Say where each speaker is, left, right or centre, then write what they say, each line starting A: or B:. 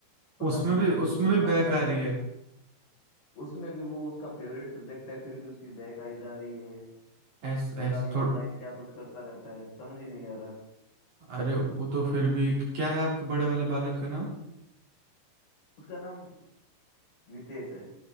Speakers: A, on the left; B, on the right.
A: पता
B: उसमें
A: नहीं
B: भी
A: मैंने
B: उसमें
A: तो
B: भी
A: ना
B: बैक
A: बताता
B: आ रही
A: है
B: है
A: उसमें भी वो उसका फेवरेट सब्जेक्ट है फिर भी उसकी बैक आई जा रही है
B: ऐस ऐस
A: पता नहीं
B: थो,
A: ऑनलाइन क्या कुछ करता रहता है समझ ही नहीं आ रहा
B: अरे वो तो फिर भी क्या है आपके बड़े वाले बालक का नाम
A: उसका नाम नितेश है